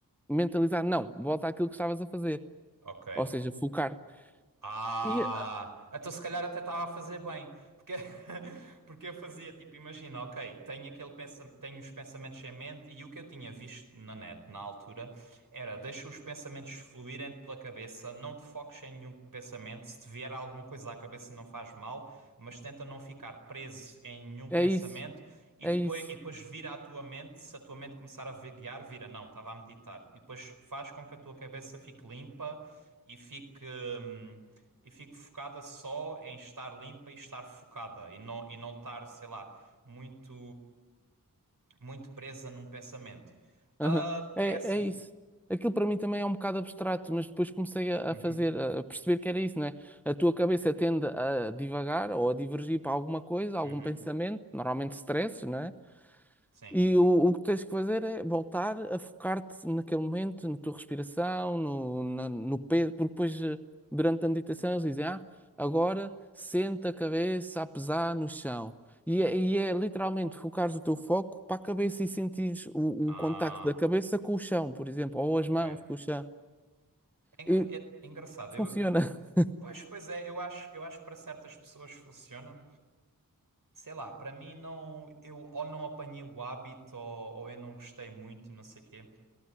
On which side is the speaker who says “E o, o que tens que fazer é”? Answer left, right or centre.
Centre